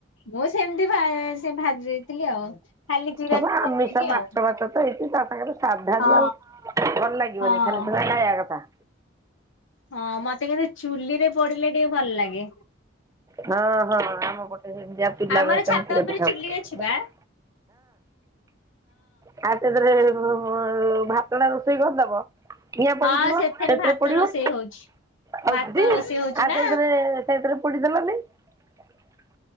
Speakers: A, on the left; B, on the right.
A: ମୁଁ ସେମିତି ଭା ସେ ଭାଜିି ଦେଇଥିଲି ଆଉ। ଖାଲି ଜିରା
B: ସବୁ
A: ଚୁନା
B: ଆମିସ
A: ଦେଇକି
B: ମାସ
A: ଆଉ
B: ବାଛ ତ। <inaudible> ତାଙ୍କ ସାଧା
A: ହଁ
B: ବି ଆଉ ଭଲ ଲାଗିବନି
A: ହଁ।
B: ଖାଲି ତ <inaudible> କଥା।
A: ହଁ ମତେ କେତେ ଚୁଲି ରେ ପୋଡିଲେ ଟିକେ ଭଲ ଲାଗେ।
B: ହଁ ହଁ ଆମ ପଟେ ସେମିତିଆ ପିିଲା
A: ଆମର
B: ବେଳେ ସେମିତି
A: ଛାତ ଉପରେ
B: ପିଠା
A: ଚୁଲି
B: ହଁ। <unintelligible>
A: ଅଛି ବା
B: ହଁ ଭାତଟା ରୋଷେଇ କରିଦବ କିଆ ପଡିଯିବ
A: ହଁ
B: ସେଥିରେ
A: ଭାତ
B: ପଡିବ
A: ରୋଷେଇ ହଉଛି
B: ହଉ
A: ଭାତ ରୋଷେଇ ହଉଛି
B: ଆ
A: ନା
B: ସେଇଥିରେ ସେଇଥିରେ <inaudible>